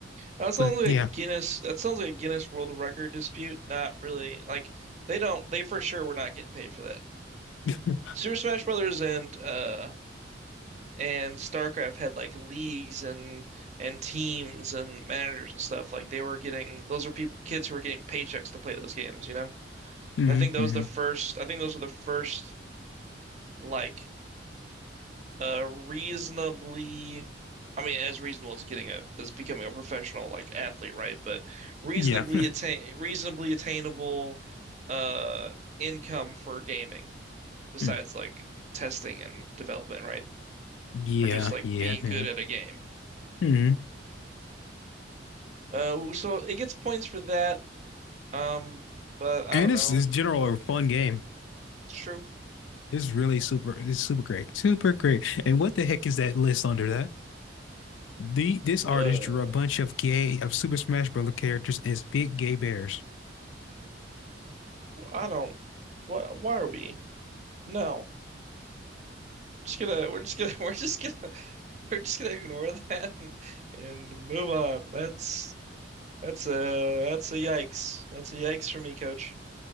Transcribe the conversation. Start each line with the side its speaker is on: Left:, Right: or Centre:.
Right: That
Left: But
Right: sounds like
Left: yeah,
Right: a Guinness that sounds like a Guinness World Record dispute. Not really like they don't they for sure were not getting paid for that.
Left: <laughs>
Right: Super Smash Brothers and uh and StarCraft had like leagues and and teams and managers and stuff. Like they were getting those are people kids who were getting paychecks to play those games, you know?
Left: hmm
Right: I think that
Left: hmm
Right: was the first, I think those were the first, like, uh, reasonably, I mean, as reasonable as getting a, as becoming a professional, like, athlete, right? But reasonably
Left: yeah, <laughs>
Right: attain, reasonably attainable, uh, income for gaming, besides,
Left: Mm.
Right: like, testing and development, right?
Left: yeah,
Right: Or just, like,
Left: yeah,
Right: being
Left: yeah.
Right: good at a game.
Left: Mm-hmm.
Right: Uh, so it gets points for that. Um, but I
Left: And
Right: don't
Left: it's
Right: know.
Left: it's general a fun game.
Right: It's true.
Left: It's really super. It's super great. Super great. And what the heck is that list under that? The this
Right: Uh,
Left: artist drew a bunch of gay of Super Smash Bros. characters as big gay bears.
Right: I don't. Why, why are we? No. just gonna we're just gonna <laughs> we're just gonna we're just gonna ignore that <laughs> and, and move on. That's that's a that's a yikes. That's a yikes for me, coach.